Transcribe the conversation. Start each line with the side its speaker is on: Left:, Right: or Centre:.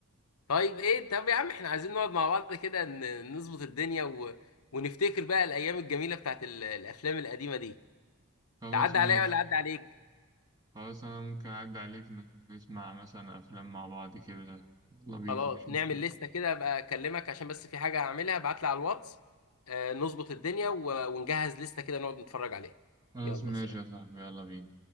Left: طيب ايه طب يا عم احنا عايزين نقعد مع بعض كده ن- نظبط الدنيا و... ونفتكر بقى الايام الجميله بتاعت ال... الافلام القديمه دي
Right: خلاص
Left: تعدي
Right: ماشي
Left: عليا ولا عدى عليك
Right: خلاص أنا ممكن أعدي عليك ن- نسمع مثلا أفلام مع بعض كده يلا بينا
Left: خلاص
Right: مفيش مشكلة
Left: نعمل لستة كده ابقى اكلمك عشان بس في حاجه هعملها ابعت لي على الواتس آه نظبط الدنيا و... ونجهز لستة كده نقعد نتفرج عليها
Right: خلاص
Left: يلا
Right: ماشي
Left: سلام
Right: يا صاحبي يلا بينا